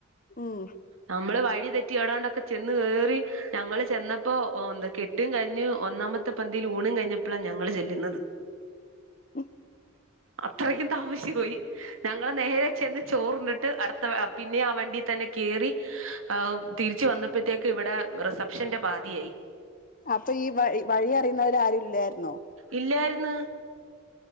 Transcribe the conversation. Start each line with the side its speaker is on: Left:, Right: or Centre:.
Left: ഉം.
Right: നമ്മള് വഴി തെറ്റി എടാണ്ടൊക്കെ ചെന്ന് കെറി.. ഞങ്ങള് ചെന്നപ്പോ ന്താ കെട്ടും കഴിഞ്ഞ് ഒന്നാമത്തെ പന്തിയിൽ ഊണും കഴിഞ്ഞപ്പോഴാണ് ഞങ്ങള് ചെല്ലുന്നത്..
Left: ഉം..
Right: അത്രയ്ക്കും താമസിച്ച് പോയി ഞങ്ങൾ നേരെ ചെന്ന് ചോർന്ന്ട്ട് അടു.. പിന്നെ ആ വണ്ടിൽ തന്നെ കേറി തിരിച്ചു വന്നപ്പോഴത്തേക്ക് ഇവിടെ.. റിസപ്ഷ്ന്റെ പാതിയായി..
Left: അപ്പൊ ഈ വഴി വഴി അറിയുന്നവര് ആരും ഇല്ലായിരുന്നോ..
Right: ഇല്ലായ്ര്ന്ന്..